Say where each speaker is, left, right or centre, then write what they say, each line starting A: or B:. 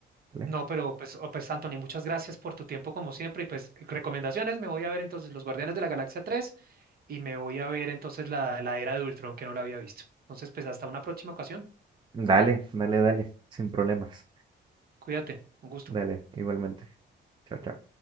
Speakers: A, on the right; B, on the right.
A: ¿vale?
B: No, pero pues, oh, pues Anthony, muchas gracias por tu tiempo como siempre y pues recomendaciones, me voy a ver entonces Los Guardianes de la Galaxia tres y me voy a ver entonces la, la Era de Ultron que no la había visto. Entonces, pues hasta una próxima ocasión.
A: Dale, dale, dale, sin problemas.
B: Cuídate, un gusto.
A: Dale, igualmente. Chao, chao.